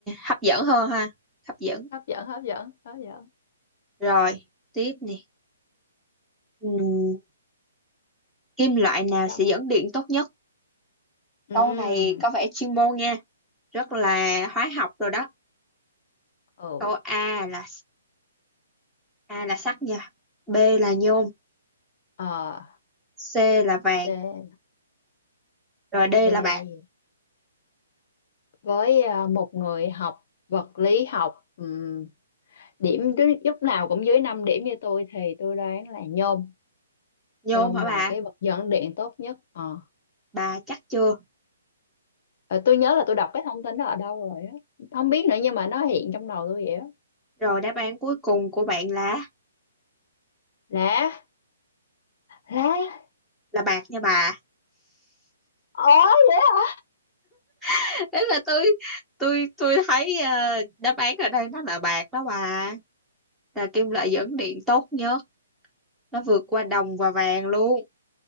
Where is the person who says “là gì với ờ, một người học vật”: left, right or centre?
Left